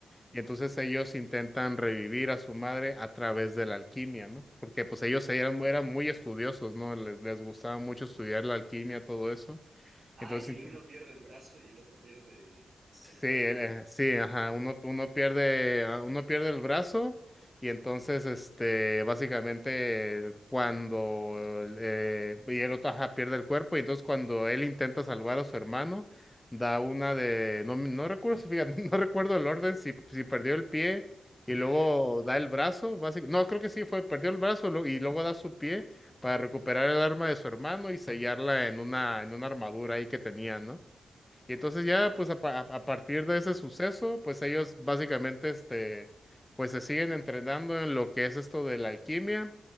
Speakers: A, on the left; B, on the right.
A: Y entonces ellos intentan revivir a su madre a través de la alquimia, ¿no? Porque pues ellos eran, eran muy estudiosos, ¿no? Les, les gustaba mucho estudiar la alquimia, todo eso.
B: Ah,
A: Entonces
B: y el uno pierde el brazo y el otro pierde
A: Sí,
B: el cuerpo,
A: el-
B: ¿no?
A: eh, sí, ajá, uno, uno pierde, ah, uno pierde el brazo y entonces, este, básicamente cuando eh, y el otro, ajá, pierde el cuerpo y entonces cuando él intenta salvar a su hermano, da una de, no, me- no recuerdo, si- fíjate, <laughs> no recuerdo el orden, si, si perdió el pie y
B: <laughs>
A: luego da el brazo, básicamente, no, creo que sí fue, perdió el brazo lo- y luego da su pie para recuperar el arma de su hermano y sellarla en una, en una armadura ahí que tenía, ¿no? Y entonces ya,
B: Ah, va.
A: pues a, pa- a partir de ese suceso, pues ellos básicamente, este, pues se siguen entrenando en lo que es esto de la alquimia